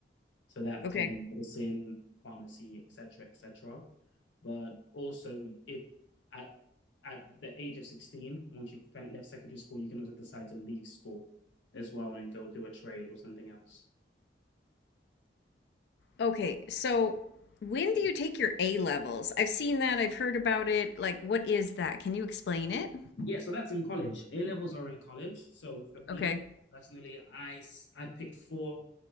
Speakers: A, on the left; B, on the left.
A: So that
B: Okay.
A: could be medicine, pharmacy, etc., etc. But also, if at at the age of sixteen, once you've left secondary school, you can also decide to leave school as well and go do a trade or something else.
B: Okay. So when do you take your A levels? I've seen that, I've heard about it. Like, what is that? Can you explain it?
A: Yeah, so that's in college. A levels are in college. So for me
B: Okay.
A: personally, I I picked four